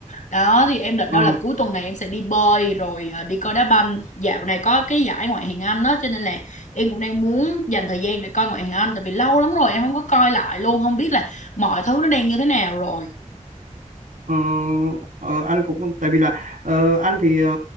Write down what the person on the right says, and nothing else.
Ờ.
Ừm, ờ, anh cũng tại vì là ờ, anh thì ờ,